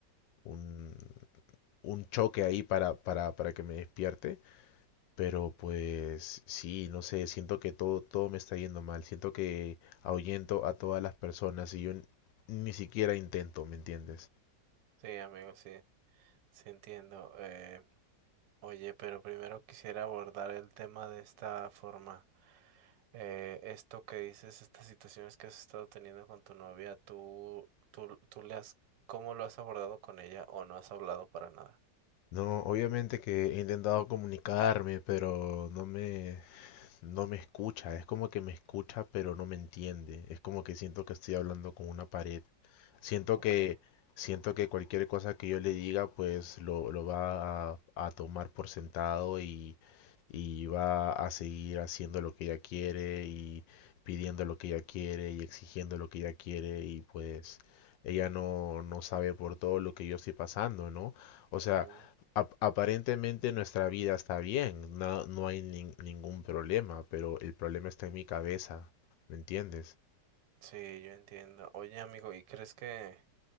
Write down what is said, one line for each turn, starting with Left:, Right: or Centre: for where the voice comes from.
Left: un, un choque ahí para, para, para que me despierte. Pero pues sí, no sé, siento que todo, todo me está yendo mal, siento que ahuyento a todas las personas y yo n- ni siquiera intento, ¿me entiendes?
Right: Sí amigo, sí. Sí entiendo. Eh, oye, pero primero quisiera abordar el tema de esta forma. Eh, esto que dices, estas situaciones que has estado teniendo con tu novia, ¿tú, tú, tú le has, cómo lo has abordado con ella o no has hablado para nada?
Left: No, obviamente que he intentado comunicarme, pero no me, no me escucha, es como que me escucha pero no me entiende, es como que siento que estoy hablando con una pared, siento
Right: Okay.
Left: que siento que cualquier cosa que yo le diga pues lo, lo va a, a tomar por sentado y, y va a seguir haciendo lo que ella quiere y pidiendo lo que ella quiere y exigiendo lo que ella quiere y pues ella no, no sabe por todo lo que yo estoy pasando, ¿no? O sea,
Right: Ujú.
Left: ap- aparentemente nuestra vida está bien, no, no hay nin- ningún problema, pero el problema está en mi cabeza, ¿me entiendes?
Right: Sí, yo entiendo. Oye amigo, ¿y crees que...